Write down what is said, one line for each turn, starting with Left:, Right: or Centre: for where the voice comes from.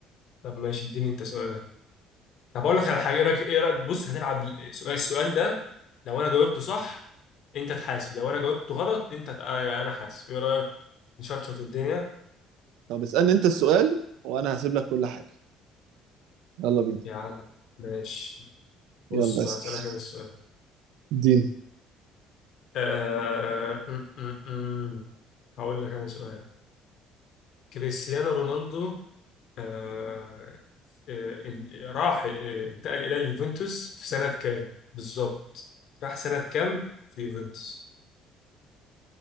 Left: طب ماشي اديني انت سؤال طب اقول لك على حاجه ايه رايك ايه رايك بص هنلعب السؤال السؤال ده لو انا جاوبته صح انت تحاسب لو انا جاوبته غلط انت ت- آه، يعني انا حاسب ايه رايك نشطشط الدنيا
Right: طب اسألني انت السؤال وانا هسيب لك كل حاجة يلا بينا
Left: يا عم ماشي بص
Right: يلا
Left: بقى
Right: اسأل
Left: اسالك انا السؤال
Right: دين
Left: آه... م- م- م. هقول لك انا سؤال كريستيانو رونالدو آه... آه... إن- راح آه، انتقل الى اليوفنتوس في سنه كام بالظبط راح سنه كام في يوفنتوس